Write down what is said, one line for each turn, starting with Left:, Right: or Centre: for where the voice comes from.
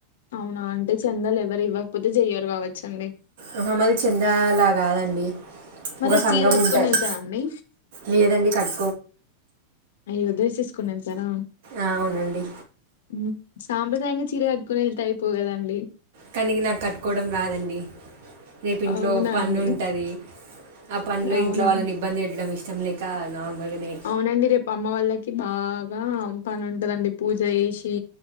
Left: అవునా అంటే చెందలు ఎవరు ఇవ్వకపోతే చెయ్యరు కావచ్చండి
Right: అ మది చెందలాగాదండి
Left: మరి
Right: ఒక
Left: రేపు
Right: సంఘం
Left: చీర గట్టుకొని
Right: ఉంటారు
Left: ఎళ్తారా అండి?
Right: లేదండి కట్
Left: అయ్యో డ్రెస్ ఏసుకొనేళ్తారా
Right: ఆ అవునండి
Left: హు సాంప్రదాయంగా చీర కట్టుకొని వెళ్తే అయిపోవ్ కదండి
Right: కానీ ఇగ నాకు కట్టుకోవడం రాదండి రేపు ఇంట్లో
Left: అవునా
Right: పనుంటది
Left: అండి?
Right: ఆ పనిలో
Left: అవునా?
Right: ఇంట్లో వాళ్ళని ఇబ్బంది పెట్టడం ఇష్టం లెద్ తార్ నర్మాల్గానే
Left: అవునండి. రేపు అమ్మ వాళ్ళకి బాగా పని ఉంటందండి పూజ చేసి